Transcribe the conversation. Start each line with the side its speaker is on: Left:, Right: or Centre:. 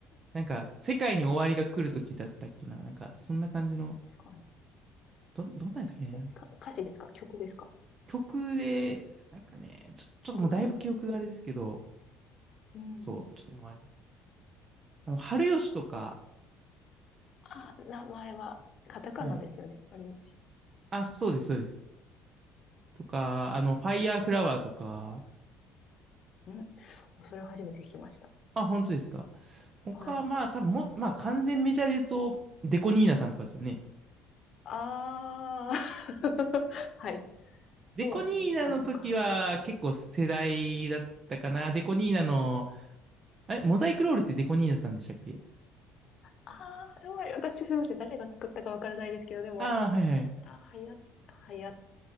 Right: なんか、世界に終わりが来る時だったっけな。なんか、そんな感じの。
Left: それからね
Right: ど、どんなんやったっけね。
Left: えか歌詞ですか曲ですか
Right: 曲で、なんかね、ちょ、ちょっともうだいぶ記憶があれですけど、
Left: 曲ね。うん。
Right: そう、ちょっともうあれだな。あの、春吉とか、
Left: あ、名前は、カタカナですよね、
Right: はい。
Left: 有吉。
Right: あ、そうです、そうです。とか、あの、ファイヤーフラワーとか、
Left: うん。それを初めて聞きました。
Right: あ、本当ですか。他はまあ、
Left: はい。
Right: 多分も、まあ、完全メジャーで言うと、デコニーナさんとかですよね。
Left: あー。<laughs> はい。そうですね。
Right: デコニーナの時は結構世代だったかな。
Left: あ、そっか。
Right: デコニーナの、あれ、モザイクロールってデコニーナさんでしたっけ
Left: あー、やばい。私、すみません。誰が作ったかわからないですけど、でも、
Right: ああー、はいはい。
Left: あ、はや、はや、